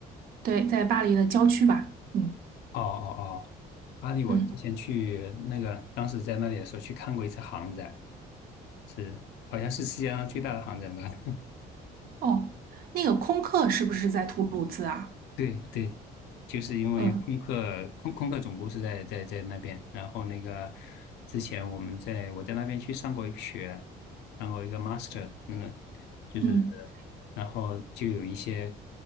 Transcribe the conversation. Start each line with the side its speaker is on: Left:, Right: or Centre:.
Right: 对，在巴黎的郊区吧。嗯
Left: 哦哦哦，巴黎我之前去那个，
Right: 嗯，
Left: 当时在那里的时候去看过一次航展，是好像是世界上最大的航展吧？<laughs>
Right: 哦，那个空客是不是在吐鲁兹啊？
Left: 对对，就是因为空客空空客总部是在在在那边，
Right: 嗯
Left: 然后那个之前我们在我在那边去上过一个学，上过一个 master，嗯，就是
Right: 嗯。
Left: 然后就有一些